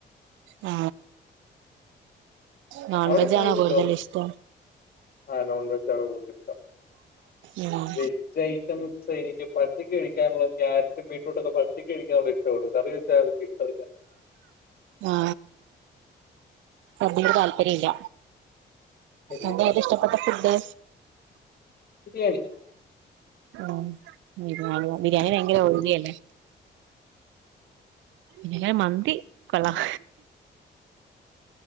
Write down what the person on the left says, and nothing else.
അവിടെ ചായ കുടിച്ചോ
ആ നോൺവെജാണ് കൂടുതൽ ഇഷ്ടം
വെജ്ജ് ഐറ്റംസ് ക്ഷ എനിക്ക് പച്ചക്ക് കഴിക്കാനുള്ള ക്യാരറ്റ് ബീട്രൂട്ടൊക്കെ പച്ചക്ക് കഴിക്കാന് ഇഷ്ടൊള്ളൂ കറി വെച്ചാ അവര്ക്ക് ഇഷ്ടല്ല
ഇല്ലില്ല
ബിരിയാണി